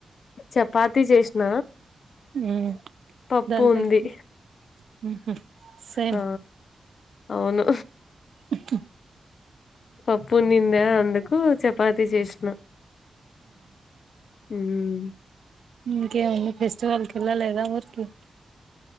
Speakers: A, on the left (about 65°); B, on the right (about 75°).
A: చపాతి చేసిన
B: ఉ
A: పప్పు
B: దాంట్లో
A: ఉంది
B: ఎక్కువ ఉహు సేమ్
A: ఆ అవును
B: ఇప్పు
A: పప్పు ఉండింద అందుకు చపాతి చేసిన ఉమ్
B: ఇంకేమండి ఫెస్టివల్కి వెళ్ళలేదా ఊరికి